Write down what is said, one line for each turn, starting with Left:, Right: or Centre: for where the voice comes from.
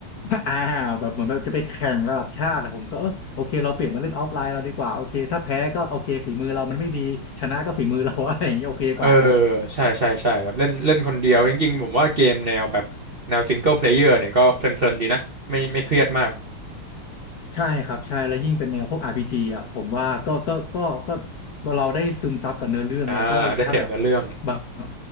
Left: อ่าแบบเหมือนแบบจะไปแข่งระดับชาติอะผมก็เออโอเคเราเปลี่ยนมาเล่นออฟไลน์เราดีกว่าโอเคถ้าแพ้ก็โอเคฝีมือเรามันไม่ดีชนะก็ฝีมือเรา <laughs> อะไรอย่างเงี้ยโอเคกว่าครับ
Right: เออใช่ใช่ใช่แบบเล่นเล่นคนเดียวจริงๆผมว่าเกมแนวแบบแนวซิงเกิลเพลเยอร์เนี่ยก็เพลินๆดีนะไม่ไม่เครียดมาก
Left: ใช่ครับใช่แล้วยิ่งเป็นแนวพวก RPG อ่ะผมว่าก็ก็ก็ก็ก็เราได้ซึมซับกับเนื้อเรื่องแล้วก็ถ้าแบบ
Right: อ่าได้เสพเนื้อเรื่อง
Left: บาง